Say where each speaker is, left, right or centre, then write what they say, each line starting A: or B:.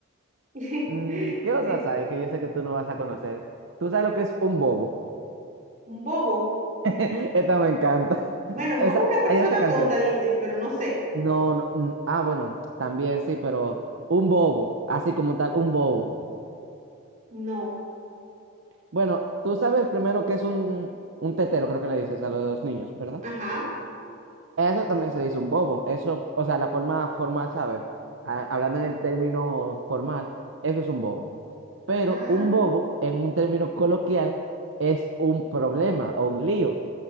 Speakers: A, on the right (about 35°); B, on the right (about 65°).
A: <laughs>
B: Mm, ¿qué otras
A: Sí.
B: hay que yo sé que tú no vas a conocer? ¿Tú sabes lo que es un bobo?
A: Un bobo.
B: <laughs> Esta me encanta.
A: Bueno, un
B: Esa,
A: bobo es una persona
B: hay esta canción.
A: tonta, dicen, pero no sé.
B: No, no, mm, ah, bueno, también sí, pero un bobo, así como tal, un bobo.
A: No.
B: Bueno, tú sabes primero que es un, un tetero, creo que le dices a los niños, ¿verdad?
A: Ajá.
B: Eso también se le dice un bobo. Eso, o sea, la forma formal, ¿sabes? Ah, hablando en el término formal, eso es un bobo. Pero
A: Ah,
B: un bobo, en un término coloquial, es un problema o un lío.